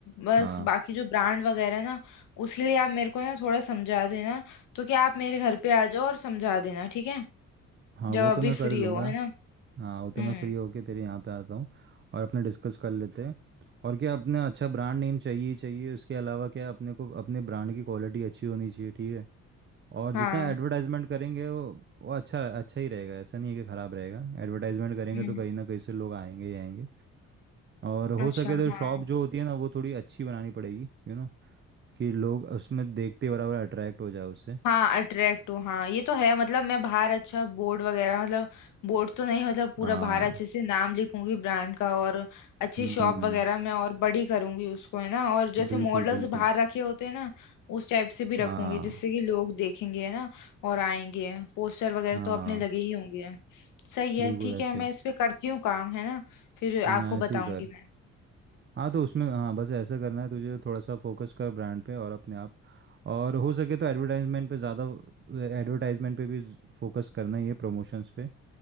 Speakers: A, on the left; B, on the right.
A: बस
B: हाँ
A: बाकी जो ब्रांड वगैरह है ना उसके लिए आप मेरे को ना थोड़ा समझा देना तो क्या आप मेरे घर पे आ जाओ और समझा देना ठीक है
B: हाँ
A: जब
B: वो
A: अभी
B: तो मैं कर
A: फ्री
B: लूँगा
A: हो है ना
B: हाँ वो तो
A: हम्म
B: मैं फ्री होके तेरे यहाँ पे आता हूँ और अपने डिस्कस कर लेते हैं और क्या अपने अच्छा ब्रांड नेम चाहिए ही चाहिए उसके अलावा क्या अपने को अपने ब्रांड की क्वालिटी अच्छी होनी चाहिए ठीक है और
A: हाँ
B: जितना एडवर्टाइजमेंट करेंगे वो वो अच्छा अच्छा ही रहेगा ऐसा नहीं है कि ख़राब रहेगा एडवर्टाइजमेंट करेंगे
A: हम्म
B: तो कहीं ना कहीं से लोग आएंगे ही आएंगे और हो
A: अच्छा
B: सके तो
A: हाँ
B: शॉप जो होती है ना वो थोड़ी अच्छी बनानी पड़ेगी यू नो कि लोग उसमें देखते बराबर अट्रैक्ट हो जाए उससे
A: हाँ अट्रैक्ट हूँ हाँ ये तो है मतलब मैं बाहर अच्छा बोर्ड वगैरह मतलब बोर्ड तो नहीं मतलब पूरा
B: हाँ
A: बाहर अच्छे से नाम लिखूंगी ब्रांड का और अच्छी
B: हम्म
A: शॉप वगैरह में और बड़ी करूंगी उसको है ना और जैसे
B: बिल्कुल
A: मॉडल्स
B: बिल्कुल
A: बाहर रखे होते हैं ना उस टाइप से भी रखूंगी
B: हाँ
A: जिससे कि लोग देखेंगे है ना और आएंगे पोस्टर वगैरह
B: हाँ
A: तो अपने लगे ही होंगे सही है
B: बिल्कुल
A: ठीक
B: ऐसे
A: है मैं
B: ही
A: इस पे करती हूँ काम है ना फिर आपको
B: हाँ
A: बताऊंगी
B: ऐसे ही कर
A: मैं
B: हाँ तो उसमें हाँ बस ऐसा करना है तुझे थोड़ा सा फोकस कर ब्रांड पे और अपने आप और हो सके तो एडवर्टाइजमेंट पे ज़्यादा एडवर्टाइजमेंट पे भी फोकस करना ही है प्रमोशंस पे